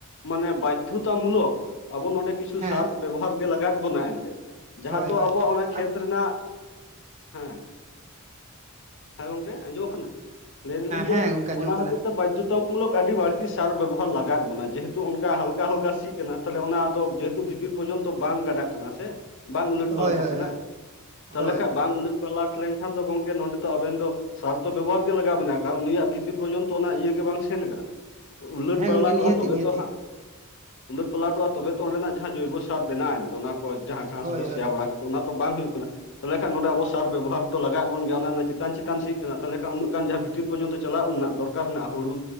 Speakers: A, on the left; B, on the right.
A: ᱢᱟᱱᱮ ᱵᱟᱫᱽᱫᱷᱚᱛᱟᱢᱩᱞᱚᱠ ᱟᱵᱚ ᱱᱚᱸᱰᱮ ᱠᱤᱪᱷᱩ
B: ᱦᱮᱸ
A: ᱥᱟᱨ ᱵᱮᱵᱚᱦᱟᱨ ᱜᱮ ᱞᱟᱜᱟᱣ ᱮᱫ ᱵᱚᱱᱟ ᱮᱱᱛᱮᱫ ᱡᱟᱦᱟᱸ
B: ᱦᱳᱭ
A: ᱛᱚ
B: ᱦᱳᱭ
A: ᱟᱵᱚᱣᱟᱜ ᱚᱱᱟ ᱠᱷᱮᱛ
B: ᱟᱨ
A: ᱨᱮᱱᱟᱜ ᱦᱮᱸᱻ ᱦᱮᱸ ᱜᱚᱝᱠᱮ ᱟᱸᱡᱚᱢᱚᱜ ᱠᱟᱱᱟ᱾ ᱞᱟᱹᱭ ᱫᱟᱹᱞᱤᱧ ᱡᱮ
B: ᱦᱮᱸ ᱜᱚᱝᱠᱮ ᱟᱸᱡᱚᱢᱚᱜ
A: ᱚᱱᱟ
B: ᱠᱟᱱᱟ
A: ᱦᱚᱛᱮᱡ ᱛᱮ ᱵᱟᱫᱽᱫᱷᱚᱛᱚ ᱢᱩᱞᱚᱠ ᱟᱹᱰᱤ ᱵᱟᱹᱲᱛᱤ ᱥᱟᱨ ᱵᱮᱵᱚᱦᱟᱨ ᱞᱟᱜᱟᱭᱮᱫ ᱵᱚᱱᱟ, ᱡᱮᱦᱮᱛᱩ ᱚᱱᱠᱟ ᱦᱟᱞᱠᱟ ᱦᱟᱞᱠᱟ ᱥᱤᱜ ᱠᱟᱱᱟ ᱛᱟᱦᱚᱞᱮ ᱚᱱᱟ ᱟᱫᱚ ᱡᱮᱦᱮᱛᱩ ᱵᱷᱤᱛᱤᱨ ᱯᱚᱨᱡᱚᱱᱛᱚ ᱵᱟᱝ ᱜᱟᱰᱟᱜ ᱠᱟᱱᱟ ᱥᱮ, ᱵᱟᱝ ᱩᱞᱟᱹᱴ ᱯᱟᱞᱟᱴᱚᱜ
B: ᱦᱳᱭ ᱦᱳᱭ
A: ᱠᱟᱱᱟ
B: ᱦᱳᱭ
A: ᱛᱟᱦᱚᱞᱮ
B: ᱦᱳᱭ
A: ᱠᱷᱟᱱ ᱵᱟᱝ ᱩᱞᱟᱹᱴ ᱯᱟᱞᱚᱴ ᱞᱮᱱᱠᱷᱟᱱ ᱫᱚ ᱜᱚᱝᱠᱮ ᱱᱚᱸᱰᱮ ᱫᱚ ᱟᱵᱮᱱ ᱫᱚ, ᱥᱟᱨ ᱛᱚ ᱵᱮᱵᱚᱦᱟᱨ ᱜᱮ ᱞᱟᱜᱟᱣ ᱢᱮᱱᱟ ᱟᱠᱟᱜᱼᱟ ᱩᱱᱤᱭᱟᱜ ᱵᱷᱤᱛᱤᱨ ᱯᱚᱨᱡᱚᱱᱛᱚ ᱚᱱᱟ ᱤᱭᱟᱹ ᱜᱮ ᱵᱟᱝ ᱥᱮᱱ ᱟᱠᱟᱱᱟ᱾ ᱩᱞᱟᱹᱴ
B: ᱦᱮᱸ
A: ᱯᱟᱞᱟᱴᱚᱜᱼᱟ
B: ᱜᱚᱝᱠᱮ ᱱᱤᱦᱟᱹᱛᱤ
A: ᱛᱚᱵᱮ
B: ᱱᱤᱦᱟᱹᱛᱤ
A: ᱛᱚ ᱦᱟᱸᱜᱼᱼ ᱩᱞᱟᱹᱴ ᱯᱟᱞᱟᱴᱚᱜᱼᱟ, ᱛᱚᱵᱮ ᱛᱚ ᱚᱸᱰᱮᱱᱟᱜ ᱡᱟᱦᱟᱸ ᱡᱚᱭᱵᱚᱥᱟᱨ ᱵᱮᱱᱟᱜ-ᱟ, ᱮᱱᱛᱮ ᱚᱱᱟ ᱠᱚ ᱡᱟᱦᱟᱸ ᱜᱷᱟᱸᱥ
B: ᱦᱳᱭ
A: ᱠᱚ ᱥᱮᱭᱟ
B: ᱦᱳᱭ
A: ᱵᱟᱲᱟ ᱠᱟᱛᱮᱫ ᱾ ᱚᱱᱟ ᱛᱚ ᱵᱟᱝ ᱦᱩᱭᱩᱜ ᱠᱟᱱᱟ᱾ ᱛᱟᱦᱚᱞᱮ ᱠᱷᱟᱱ ᱱᱚᱸᱰᱮ ᱟᱵᱚ ᱥᱟᱨ ᱵᱮᱵᱽᱦᱟᱨ ᱫᱚ ᱞᱟᱜᱟᱣ ᱟᱵᱚᱱ ᱜᱮᱭᱟ, ᱚᱱᱮ ᱚᱱᱟ ᱪᱮᱛᱟᱱ-ᱪᱮᱛᱟᱱ ᱥᱤᱼᱜ ᱠᱟᱱᱟ ᱛᱟᱦᱚᱞᱮ ᱠᱷᱟᱱ ᱩᱱᱟᱹᱜ ᱜᱟᱱ ᱡᱟᱦᱟᱸ ᱵᱷᱼᱼ ᱛᱤᱨᱯᱚᱨᱡᱚᱱᱛᱮ ᱪᱟᱞᱟᱜ ᱨᱮᱱᱟᱜ ᱫᱚᱨᱠᱟᱨ ᱦᱮᱱᱟᱜᱼᱟ ᱦᱩᱲᱩ,